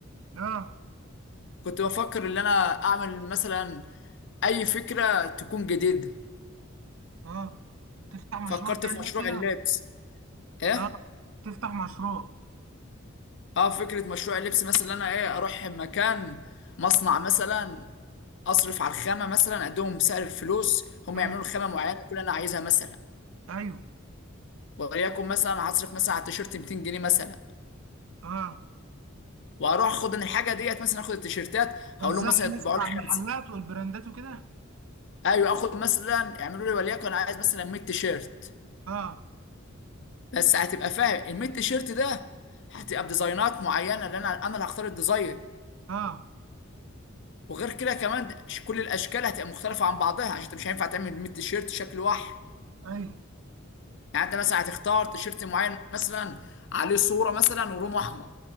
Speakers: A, on the right; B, on the left.
A: اه
B: كنت بفكر ان انا اعمل مثلا اي فكرة تكون جديدة
A: اه تفتح
B: فكرت
A: مشروع يعني
B: في مشروع
A: مثلا
B: اللبس ايه
A: اه تفتح مشروع
B: اه فكرة مشروع اللبس مثلا إن انا ايه اروح مكان مصنع مثلا اصرف على الخامة مثلا اديهم سعر الفلوس هم
A: امم
B: يعملوا خامة معينة كل انا عايزها مثلا
A: ايوه
B: وليكن مثلا هصرف مثلا على التيشيرت 200 جنيه مثلا
A: اه
B: واروح اخد ان الحاجة ديت مثلا اخد التيشيرتات
A: توزعها
B: هقول لهم مثلا يطبعوا
A: مثلا
B: لي
A: على المحلات
B: خمسة
A: والبراندات وكده
B: ايوه اخد مثلا يعملوا لي وليكن انا عايز مثلا 100 تيشيرت
A: اه
B: بس هتبقى فاهم ال 100 تيشيرت ده هتبقى بديزاينات معينة لان انا أنا اللي هختار الديزاين
A: اه
B: وغير كده كمان ش- كل الاشكال هتبقى مختلفه عن بعضها عشان انت مش هينفع تعمل 100 تيشيرت شكل واحد
A: ايوه
B: يعني انت مثلا هتختار تيشيرت معين مثلا عليه صوره مثلا ولونه احمر